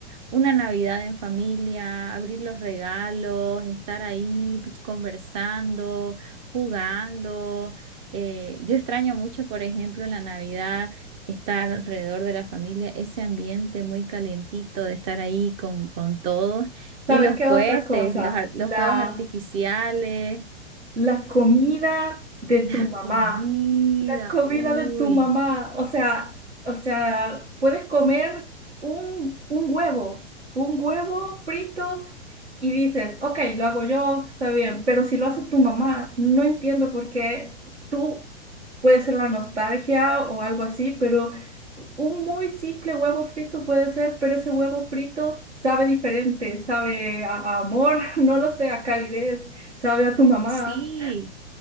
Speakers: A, on the right (about 15°); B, on the right (about 75°).
A: una Navidad en familia, abrir los regalos, estar ahí pi- conversando, jugando. Eh, yo extraño mucho, por ejemplo, en la Navidad, estar alrededor de la familia, ese ambiente muy calientito de estar ahí con, con todos.
B: ¿Sabes
A: Y los
B: qué
A: cohetes,
B: otra cosa?
A: los, ar- los
B: La,
A: fuegos artificiales,
B: la comida
A: <laughs>
B: de
A: la
B: tu mamá.
A: comida,
B: La comida
A: uy.
B: de tu mamá, o sea, o sea, puedes comer un, un huevo, un huevo frito y dices, ok, lo hago yo, está bien, pero si lo hace tu mamá, no entiendo por qué tú puede ser la nostalgia o algo así, pero un muy simple huevo frito puede ser, pero ese huevo frito sabe diferente, sabe a, a amor, <laughs> no lo sé, a calidez, sabe a tu mamá.
A: Sí,